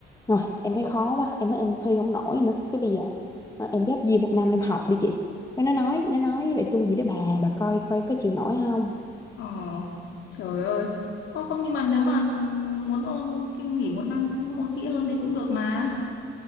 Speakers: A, on the left; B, on the left.
A: rồi em thấy khó quá em nói em thi không nổi nữa cái bây giờ à, em ghép gì một năm em học đi chị cái nó nói nó nói với lại tôi gì đó bà bà coi coi có chịu nổi không
B: Ờ, trời ơi. Ô, không nhưng mà nếu mà muốn ôn kinh nghỉ một năm ôn kỹ hơn thì cũng được mà.